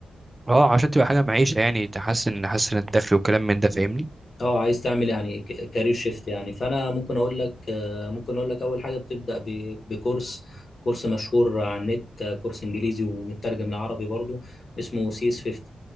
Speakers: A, on the right (about 15°); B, on the left (about 45°).
A: اه عشان تبقى حاجه معيشه يعني تحسن تحسن الدخل وكلام من ده فاهمني
B: اه عايز تعمل يعني ك- كارير شيفت يعني فانا ممكن اقول لك آه، ممكن اقول لك اول حاجه بتبدا ب- بكورس كورس مشهور على النت آه، كورس انجليزي ومترجم لعربي برضو اسمه سي اس 50